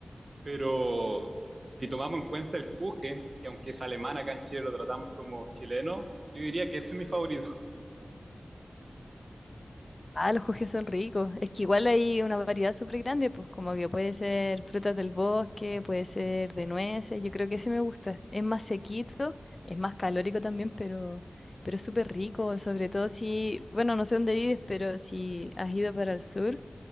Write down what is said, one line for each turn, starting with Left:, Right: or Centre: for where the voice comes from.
Right: Pero si tomamos en cuenta el Kuchen, que aunque es alemán, acá en Chile lo tratamos como chileno, yo diría que ese es mi favorito. <laughs>
Left: Ah, los jugés son ricos. Es que igual hay una variedad súper grande, pues como que puede ser frutas del bosque, puede ser de nueces. Yo creo que ese me gusta. Es más sequito, es más calórico también, pero, pero es súper rico. Sobre todo si, bueno, no sé dónde vives, pero si has ido para el sur,